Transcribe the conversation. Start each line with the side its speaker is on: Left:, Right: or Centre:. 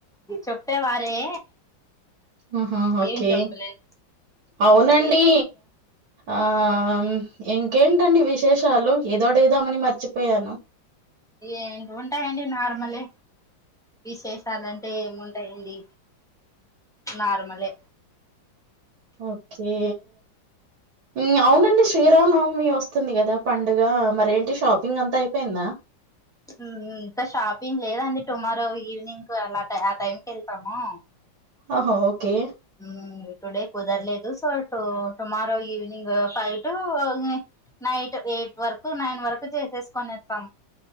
Centre: ఈ చెప్పేవారే.
Right: ఆహ ఓకే
Centre: ఏం చెప్పలేదు
Right: అవునండి
Centre: ఏ
Right: ఆమ్ ఇంకేంటండి విశేషాలు. ఏదోడిదామని మర్చిపోయాను.
Centre: ఏంటి ఉంటాయంండి నార్మలే. విశేషాలాంటే ఏముంటాయండి? నార్మలే
Right: ఓకే ఉమ్ అవునండి శ్రీరామ నవ్మివ స్తుంది కదా పండుగ. మరేంటి షాపింగ్ అంతా అయిపోయిందా?
Centre: ఉమ్ ఇంకా షాపింగ్ లేదండి. టుమారో ఈవినింగ్కు అలా ఆ టైం కేళ్తాము.
Right: ఆహొ ఓకే
Centre: ఉమ్ టుడే కుదర్లేదు. So to tomorrow evening five two um night eight వర్కు, నైన్ వరకు చేసేసుకోనేతం.